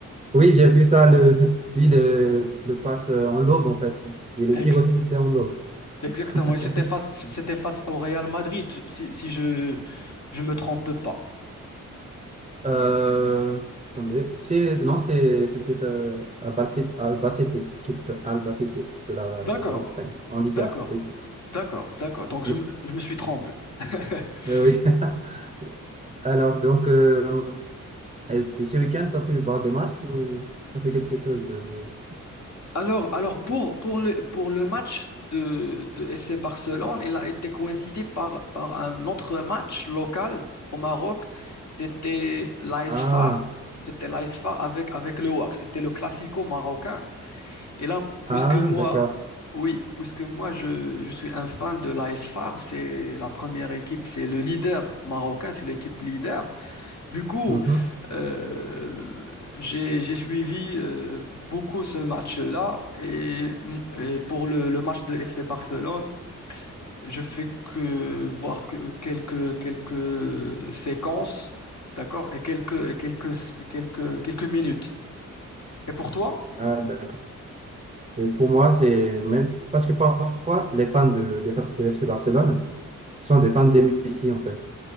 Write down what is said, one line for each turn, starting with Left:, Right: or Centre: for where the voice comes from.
Right: Oui, j'ai vu ça, le, <laughs> oui, le, le passe euh, en lobe en fait. Et le
Left: Ex-
Right: tir aussi, c'était en lobe. <laughs>
Left: exactement. Et c'était face, c'était face au Real Madrid, si, si je ne me trompe pas.
Right: Euh, attendez, c'est, non, c'est, c'était euh, Albacete, Albacete, équipe de Albacete de la,
Left: D'accord.
Right: de l'Espagne, en Liga,
Left: D'accord,
Right: oui.
Left: d'accord, d'accord. Donc
Right: Oui,
Left: je, me- je me suis trompé. <laughs>
Right: oui. <laughs> Alors, donc, euh, est-ce que ce week-end, tu as pu voir des matchs ou tu as fait quelque chose de...
Left: Alors, alors pour, pour le, pour le match de, de FC Barcelone, il a été coïncidé par, par un autre match local au Maroc. C'était l'AS
Right: Ah,
Left: FAR. C'était l'AS FAR avec, avec le WAC. C'était le classico marocain. Et là,
Right: ah,
Left: puisque moi,
Right: d'accord.
Left: oui, puisque moi, je, je suis un fan de l'AS FAR, c'est la première équipe, c'est le leader marocain, c'est l'équipe leader. Du coup,
Right: Mhm.
Left: euh, le- j'ai j'ai suivi euh, beaucoup ce match-là et, et pour le, le match de FC Barcelone, je fais que voir que quelques quelques séquences, d'accord, et quelques et quelques quelques quelques minutes. Et pour toi?
Right: Ah, d'accord. Et pour moi, c'est même parce que parfois, les fans de, des fans de FC Barcelone sont des fans de Messi, en fait.